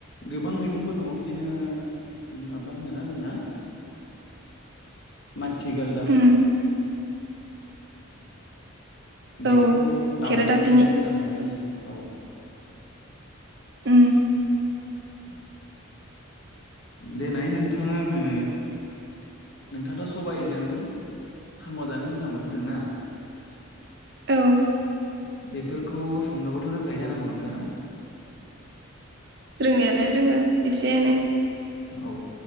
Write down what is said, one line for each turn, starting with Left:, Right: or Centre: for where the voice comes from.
Left: गोबां मैगंफोर दङ बिदिनो उम माबा होनो ना जोंना माथि गालदाब
Right: उम
Left: बे
Right: औ
Left: खौ दाउजों
Right: खेरादाफिनि
Left: जानो मोजां मोनो आङो। औ।
Right: उम
Left: उम देनाय नोंथाङा आंनो नोंथाङाथ' सबायजों साम' जानो मोजां मोनो होनदोंना
Right: औ
Left: बेफोरखौ संनोबोथ' रोंखायो जानांगौ नोंथाङा?
Right: रोंनायालाय रोङो एसे एनै
Left: औ